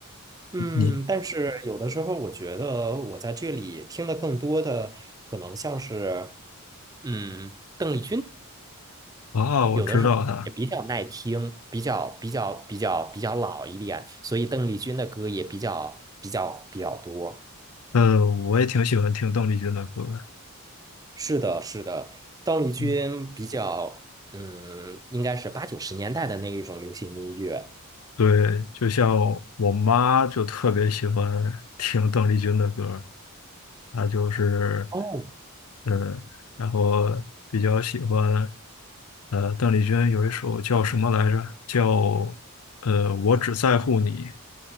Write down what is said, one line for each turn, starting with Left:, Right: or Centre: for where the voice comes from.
Right: 嗯，
Left: 你
Right: 但是有的时候我觉得我在这里听的更多的可能像是，嗯，更
Left: 啊，我知道他，
Right: 有的是也比较耐听，比较比较比较比较老一点，所以邓丽君的歌也比较比较比较多。
Left: 呃，我也挺喜欢听邓丽君的歌的。
Right: 是的，是的，邓丽君比较，
Left: 嗯
Right: 嗯，应该是八九十年代的那一种流行音乐。
Left: 对，就像我妈就特别喜欢听邓丽君的歌儿她就是，
Right: 哦，
Left: 嗯，然后比较喜欢，呃，邓丽君有一首叫什么来着？叫呃，我只在乎你